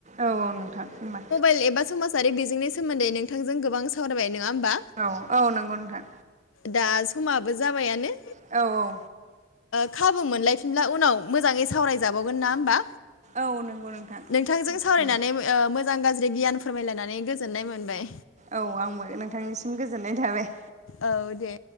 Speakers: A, on the right; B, on the left.
A: औ औ नोंथां होमबा
B: ेल एबा समाजारि बिजोंनि सोमोन्दै नोंथांजों गोबां सावरायबाय नङा होमबा
A: औ औ नंगौ नोंथां
B: दा समाबो जाबायानो
A: औ औ
B: खाबु मोनलायफिनब्ला उनाव मोजाङै सावरायजाबावगोन ना होमबा?
A: औ नंगौ नोंथां
B: नोंथांजों सावरायनानै
A: औ
B: मोजां गाज्रि गियान फोरमायलायनानै गोजोननाय मोनबाय
A: औ आंबो नोंथांनिसिम गोजोननाय थाबाय
B: औ दे